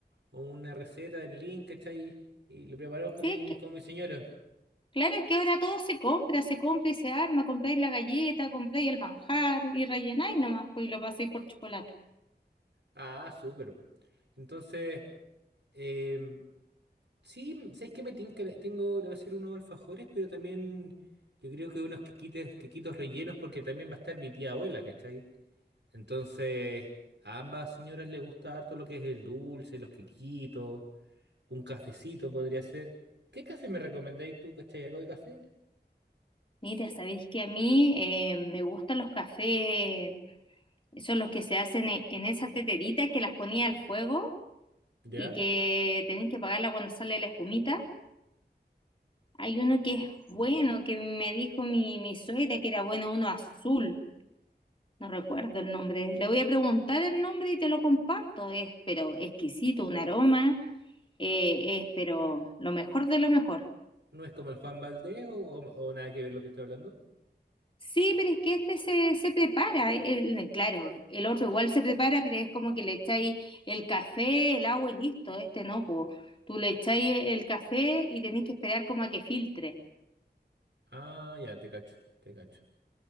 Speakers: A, on the right (about 90°); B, on the left (about 30°).
A: o una receta en link, ¿cachai? Y lo preparamos con
B: Sí,
A: mi,
B: que,
A: con mi señora.
B: claro, es que ahora todo se compra, se compra y se arma. Compráis la galleta, compráis el manjar y rellenáis nomás, pues, y lo pasáis por chocolate.
A: Ah, súper. Entonces, em, sí, sabes que me tinca, le- tengo, le voy a hacer unos alfajores, pero también yo creo que unos quequites, quequitos rellenos, porque también va a estar mi tía abuela, ¿cachai? Entonces, a ambas señoras les gusta harto lo que es el dulce, los quequitos, un cafecito podría ser. ¿Qué café me recomendáis tú, cachai? ¿Algo de café?
B: Mira, sabéis que a mí eh, me gustan los cafés, esos los que se hacen en, en esas teteritas que las ponía al fuego
A: ¿Ya?
B: y que tenéis que pagarla cuando sale la espumita. Hay uno que es bueno, que me dijo mi, mi suegra que era bueno, uno azul. No recuerdo el nombre. Le voy a preguntar el nombre y te lo comparto. Es pero exquisito, un aroma. eh, es pero lo mejor de lo mejor.
A: ¿No es como el Juan Valdés o, o o nada que ver lo que estoy hablando?
B: Sí, pero es que este se, se prepara. el- claro, el otro igual se prepara, pero es como que le echáis el café, el agua y listo. Este no, po. Tú le echáis el café y tenéis que esperar como a que filtre.
A: Ah, ya, te cacho, te cacho.